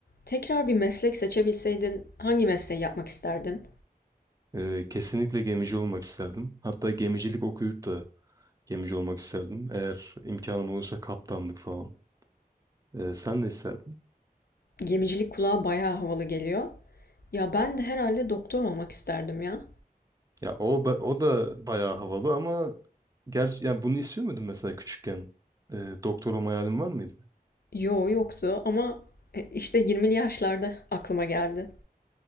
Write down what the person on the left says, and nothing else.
Tekrar bir meslek seçebilseydin hangi mesleği yapmak isterdin?
Gemicilik kulağa bayağı havalı geliyor. Ya ben de herhalde doktor olmak isterdim ya.
Yo yoktu ama e, işte 20'li yaşlarda aklıma geldi.